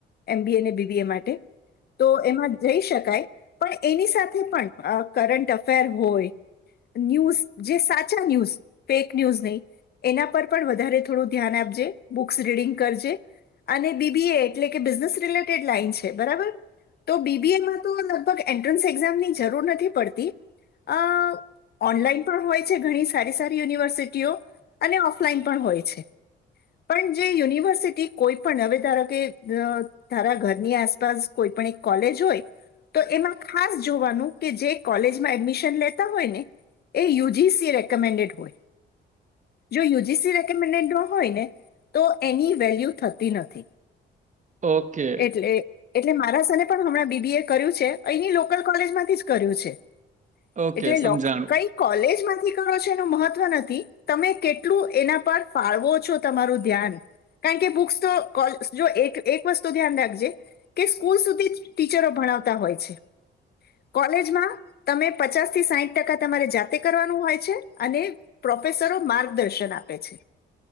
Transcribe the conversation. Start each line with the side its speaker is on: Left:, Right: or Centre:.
Left: એમબીએ અને બીબીએ માટે તો એમાં જઈ શકાય પણ એની સાથે પણ કરંટ અફેર હોય ન્યૂઝ જે સાચા ન્યૂઝ ફેક ન્યૂઝ નહી એના પર પણ વધારે થોડું ધ્યાન આપજે બુક્સ રીડિંગ કરજે અને બીબીએ એટલે કે બિઝનેસ રિલેટેડ લાઈન છે બરાબર. તો બીબીએમાં તો લગભગ એન્ટ્રન્સ એક્ઝામની જરૂર નથી પડતી અ ઓનલાઈન પણ હોય છે ઘણી સારી સારી યુનિવર્સિટીઓ અને ઓફલાઈન પણ હોય છે પણ જે યુનિવર્સિટી કોઈ પણ હવે ધારો કે ધારા ઘરની આસપાસ કોઈ પણ કોલેજ હોય તો એમાં ખાસ જોવાનું કે જે કોલેજમાં એડમિશન લેતા હોય ને એ યુજીસી રેકમેન્ડેડ હોય જો યુજીસી રેકેમેન્ડેડ હોય ને તો એની વેલ્યુ થતી નથી.
Right: ઓકે.
Left: એટલે એટલે મારા સને પણ હમણાં બીબી એ કર્યું છે અહીની લોકલ કોલેજ માંથી જ કર્યું છે.
Right: ઓકે
Left: એટલે
Right: સમજાણું
Left: કઈ કોલેજમાં કરો છો એનું મહત્વ નથી તમે કેટલું એના પર ફાળવો છો તમારું ધ્યાન. કારણ કે બુક્સ તો જો એક એક વસ્તુ ધ્યાન રાખજે કે સ્કૂલ સુધી ટીચરો ભણાવતા હોય છે. કોલેજમાં તમે પચાસ થી સાહીઠ ટકા તમારે જાતે કરવાનું હોય છે અને પ્રોફેસરો માર્ગદર્શન આપે છે.